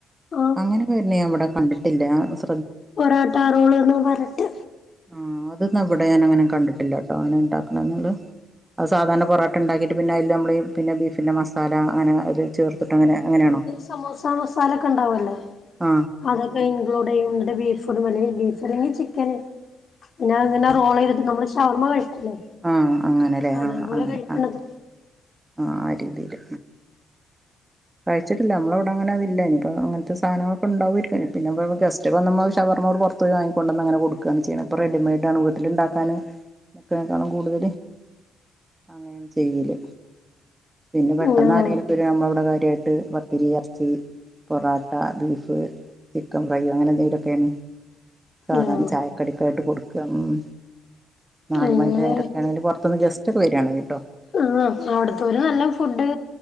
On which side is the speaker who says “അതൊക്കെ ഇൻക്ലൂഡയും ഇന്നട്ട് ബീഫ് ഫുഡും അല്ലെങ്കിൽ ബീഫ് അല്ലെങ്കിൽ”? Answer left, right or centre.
Left